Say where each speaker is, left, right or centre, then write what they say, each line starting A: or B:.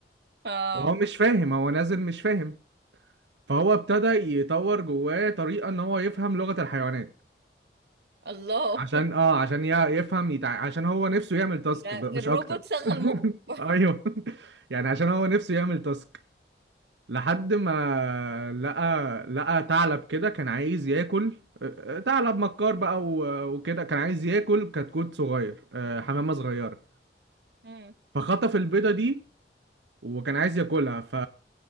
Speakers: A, on the right; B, on the right.
A: اه
B: وهو مش فاهم هو نازل مش فاهم فهو ابتدى يطور جواه طريقة ان هو يفهم لغة الحيوانات
A: الله
B: عشان اه عشان يع- يفهم يتع... عشان هو نفسه يعمل تاسك
A: ده
B: ب- مش
A: الروبوت
B: اكتر
A: شغل
B: <laughs>
A: مخه
B: ايوه يعني عشان هو نفسه يعمل تاسك لحد ما لقى لقى ثعلب كده كان عايز ياكل آه، آه، ثعلب مكار بقى و- وكده كان عايز ياكل كتكوت صغير آه، حمامة صغيرة
A: امم
B: فخطف البيضة دي وكان عايز ياكلها ف